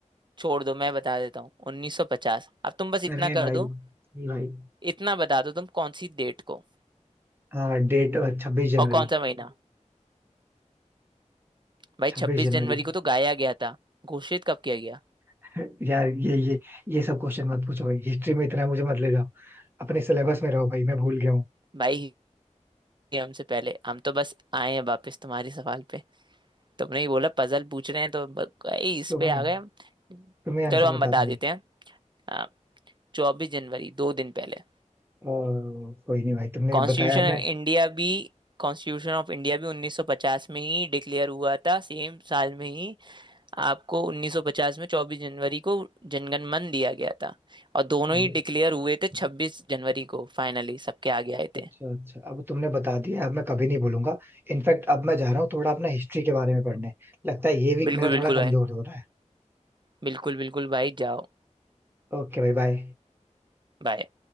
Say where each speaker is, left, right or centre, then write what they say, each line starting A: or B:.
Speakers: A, on the right; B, on the right.
A: छोड़ दो मैं बता देता हूँ 1950 अब तुम बस इतना
B: अरे
A: कर
B: भाई
A: दो
B: ये भाई
A: इतना बता दो तुम कौन सी डेट को
B: हाँ डेट छब्बीस जनवरी
A: और कौन सा महीना भाई
B: छब्बीस
A: 26
B: जनवरी
A: जनवरी को तो गाया गया था घोषित कब किया गया
B: <laughs> यार ये ये ये सब क्वेश्चन मत पूछो भाई हिस्ट्री में इतना मुझे मत ले जाओ अपने सिलेबस में रहो भाई मैं भूल गया हूँ
A: भाई ये हमसे पहले हम तो बस आए हैं वापस तुम्हारे सवाल पे तुमने ही बोला पजल पूछ रहे हैं तो ब- भाई इस
B: तो
A: पे
B: भाई
A: आ गए हम।
B: तुम्हें आंसर
A: चलो हम
B: बता
A: बता
B: दो भाई
A: देते हैं चौबीस जनवरी दो दिन पहले
B: ओ, कोई नहीं भाई तुमने
A: कॉन्स्टिट्यूशन
B: बताया मैं
A: ऑफ इंडिया भी कॉन्स्टिट्यूशन ऑफ इंडिया भी 1950 में ही डिक्लेयर हुआ था सेम साल में ही आपको 1950 में 24 जनवरी को जनगण मन दिया गया था और दोनों
B: अब-
A: ही डिक्लेयर हुए थे 26 जनवरी को फाइनली सबके आगे आए
B: अच्छा
A: थे
B: अच्छा अब तुमने बता दिया अब मैं कभी नहीं भूलूंगा इनफैक्ट अब मैं जा रहा हूँ थोड़ा अपना हिस्ट्री के बारे में पढ़ने लगता है ये वीक
A: बिल्कुल
B: मेरा
A: बिल्कुल
B: थोड़ा कमजोर
A: भाई
B: हो रहा है
A: बिल्कुल बिल्कुल भाई जाओ
B: ओके भाई बाय
A: बाय